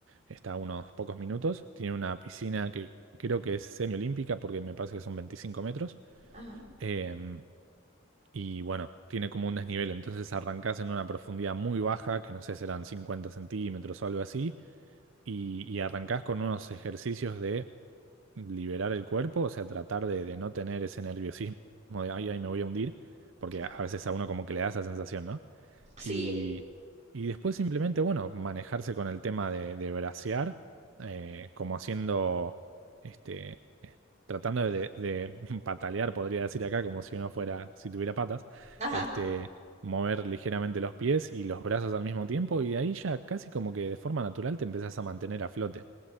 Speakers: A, on the right; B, on the right.
A: está a unos pocos minutos, tiene una piscina que creo que es semiolímpica porque me parece que son 25 metros.
B: Ajá,
A: em, y bueno, tiene como un desnivel, entonces arrancás en una profundidad muy baja, que no sé, serán 50 centímetros o algo así, y, y arrancás con unos ejercicios de liberar el cuerpo, o sea, tratar de, de no tener ese nerviosismo de, ay, ay, me voy a hundir, porque
B: ajá,
A: a veces a uno como que le da esa sensación, ¿no?
B: Sí,
A: Y, y después simplemente, bueno, manejarse con el tema de, de brasear, eh, como haciendo, este, tratando de, de <laughs> patalear, podría decir acá, como si uno fuera, si tuviera patas,
B: ajá,
A: este, mover ligeramente los pies y los brazos al mismo tiempo, y de ahí ya casi como que de forma natural te empezás a mantener a flote.